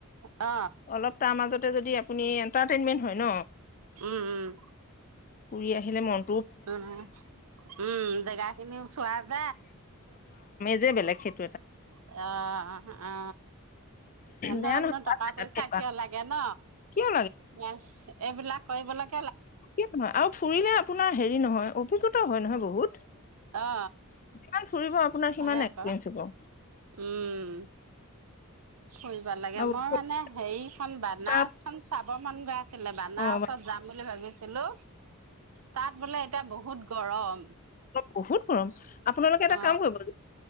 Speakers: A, on the right (about 75°); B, on the left (about 35°).
A: অ
B: অলপ তাৰ মাজতে হয় ন
A: উম উম
B: ফুৰি আহিলে মন
A: উম উম দেগাখিনি সোৱাাদ
B: যেেলেগ খেত্ৰ
A: অ অ ধকনো
B: বেয়া নহয়
A: টকা পইচা কিয় লাগে ন
B: কিয়
A: ম এইবিলাক কৰিব লাগ
B: কি নহয় আৰু ফুৰিলে আপোনাৰ হেৰি নহয় অভিজ্ঞত হয় নহয় বহুত
A: অ
B: যিমান ফুৰিব আপোনাৰ সিমান
A: হয় আকৌ
B: এক্সপিৰিয়েঞ্চ হ'ব
A: উম ফুৰিব লাগে
B: আৰু
A: মই মানে হেৰিখন বানছখন
B: তাৰ
A: চাব অ মন গা ছিলে বানাৰসত
B: অ',
A: যাম বুলি ভাবিছিলো তাত বোলে এতিয়া বহুত গৰম
B: বহুত গৰম আপোনালোকে এটা
A: অ
B: কাম কৰিব